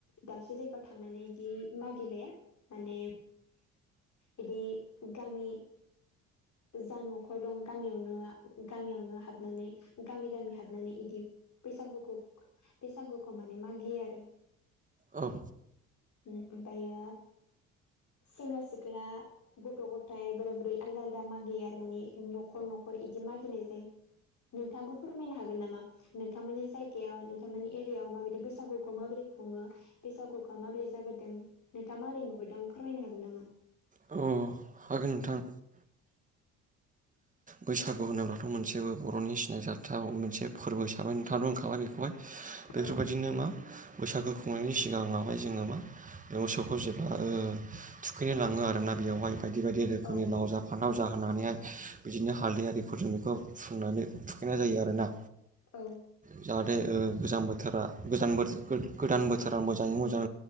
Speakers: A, on the left; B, on the right.
A: दाबसे जायगायाव थांनानै इदि मागिलाया माने बिदि गामि जा न'खर दं गामियावनो गामियावनो हाबनानै गामि गामि हाबनानै इदि बैसागुखौ बैसागुखौ माने मागियो आरो
B: औ
A: ओमफ्रायो सेंग्रा सिख्ला गथ' गथाय बोरै बोरै आलदा आलदा मागियो आरो माने न'खर न'खर इदि मागिनाय जायो नोंथाबो फोरमायनो हागोन नामा नोंथांमोननि जायगायाव नोंथांमोननि एरियाायाव माबायदि बैसागुखौ माबोरै खुङो बैसागुखौ माबोरै जाबोदों नोंथांङा माबोरै नुबोदों फोरमायनो हागोन नामा
B: अ हागोन नोंथां बैसागु होनोब्लाथ' मोनसेबो बर'नि सिनायजाथाव मोनसे फोरबो हिसाबै नोंथाङाथ' होनखाबाय बेखौहाय बेफोरबायदिनो
A: औ
B: मा बैसागो खुंनायनि सिगाङावहाय जोङो मा मोसौखौ जेब्ला थुखैनो लाङो आरोना बेवहाय बायदि बायदि रोखोमनि
A: औ
B: लाव जा फानथाव जा होनानैहाय बिदिनो हालदै आरिफोरजों बेखौ फुननानै थुखैनाय जायो आरोना
A: औ
B: जाहाथे गोजां बोथोरा गोदान बोथोरा मोजाङै मोजां